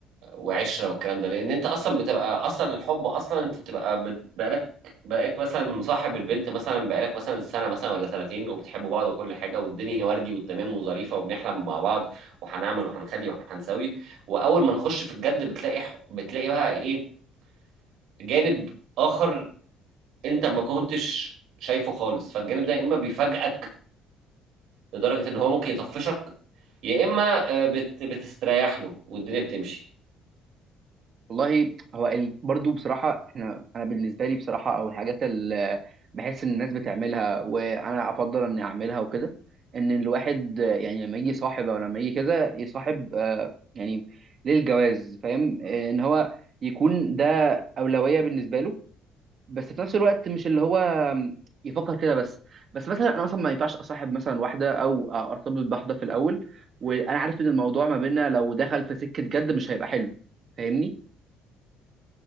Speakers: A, on the right (about 65°); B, on the right (about 35°).
A: وعشره والكلام ده لان انت اصلا بتبقى اصلا الحب اصلا انت بتبقى بت... بقالك بقالك مثلا مصاحب البنت مثلا بقالك مثلا سنه مثلا ولا سنتين وبتحبوا بعض وكل حاجه والدنيا وردي والتمام وظريفه وبنحلم مع بعض وهنعمل وهنخلي وهنسوي واول ما نخش في الجد بتلاقي ح- بتلاقي بقى ايه جانب اخر انت ما كنتش شايفه خالص فالجانب ده يا اما بيفاجئك لدرجه ان هو ممكن يطفشك يا اما آه، بت... بتستريح له والدنيا بتمشي
B: والله هو ال... برضو بصراحة احنا انا بالنسبة لي بصراحة او الحاجات اللي بحس ان الناس بتعملها وانا افضل اني اعملها وكده ان الواحد آه، يعني لما يجي صاحب او لما يجي كده يصاحب آه، يعني للجواز فاهم آه، ان هو يكون ده أولوية بالنسبة له بس في نفس الوقت مش اللي هو آم، يفكر كده بس بس مثلا انا مثلا ما ينفعش اصاحب مثلا واحدة او ارتبط بواحدة في الاول وانا عارف ان الموضوع ما بيننا لو دخل في سكة جد مش هيبقى حلو فاهمني